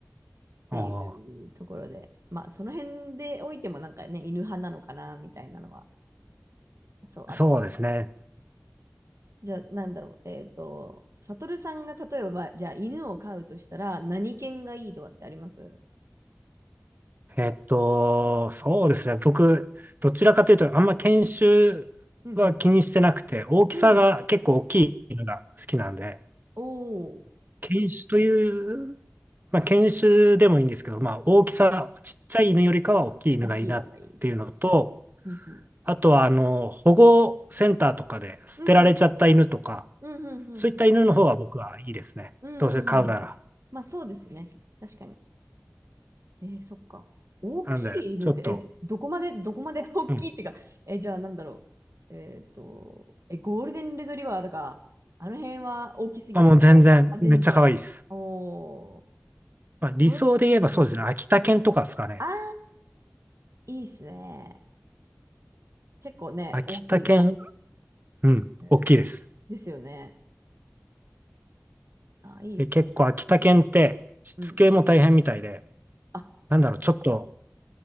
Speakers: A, on the right; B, on the right.
A: てい
B: あー
A: うところで、まあその辺でおいてもなんかね、犬派なのかな、みたいなのは、そう、あって。
B: そうですね。
A: じゃあ、なんだろう。えっ、ーと、サトルさんが例えば、まあ、じゃあ、犬を飼うとしたら、何犬がいいとかってあります
B: えっと、そうですね。僕、どちらかというと、あんま犬種
A: うんうん。
B: は気にしてなくて、大きさが結構大きい犬が好きなんで、
A: うん。おお。
B: 犬種というまあ、犬種でもいいんですけど、まあ、大きさ、ちっちゃい犬よりかは大きい犬がいいなっていうのと、
A: 大きいのがいい。うんうん。
B: あとはあの保護センターとかで捨てられちゃった犬とか、
A: うんうん。うんうんうんうん。
B: そういった犬の方が僕はいいですね。
A: うんうんうんうんうんうん
B: どうせ飼うなら。
A: まあ、そうですね。確かに。えー、そっか。大きい犬って、
B: なんで、ちょっと、
A: え、どこまで、どこまで <laughs> 大きいってか、
B: うん。
A: え、じゃあ、なんだろう。えーっと、え、ゴールデンレトリバーとか、あの辺は大きすぎる。
B: まあ、もう全然、
A: あ、全然。
B: めっちゃ可愛いです。
A: おお。
B: まあ、理想で言えばそうですね。
A: ゴールデンうん。
B: 秋田犬とかですかね。
A: あーいいっすね。結構ね、
B: 秋田犬、
A: 大きい。
B: うん、
A: うん
B: 大きいです。
A: ですよね。あ、いいっすね。
B: で、結構秋田犬ってしつけも大変みたいで、
A: うん。うんあ、
B: なんだろう、ちょっと